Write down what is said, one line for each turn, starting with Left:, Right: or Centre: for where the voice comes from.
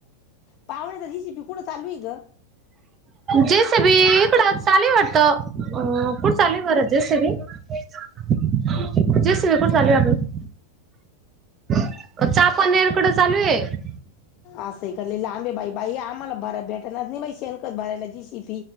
Left: पावण्याचा जीसीपी कुठं चालू आहे ग?
Right: जेसबी इकडं चाले वाटत अ कुठ चालू भरत जेसवी जेसीवी कुठ चालू वाट पण चहापाणी ईकडं चालू आहे.
Left: असं काले लांबे बाई बाई आम्हाला भय भेटाणार नाही बाई शेणकत भरायला जी